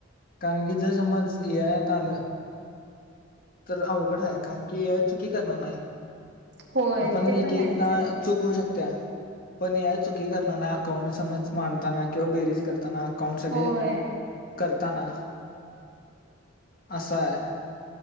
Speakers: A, on the left; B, on the right.
A: कारण की जर समज ए आयात आलं. तर अवघड आहे. कारण की चुकी करणार नाही.
B: होय
A: आपण
B: ते
A: एक
B: पण
A: एकदा
B: आहेच आहे
A: चुक होऊ शकत्या पण या चुकी करताना अकाउंट समज मांडताना किंवा बेरीज करताना. अकाउंट सगळे
B: होय
A: करताना असा आहे.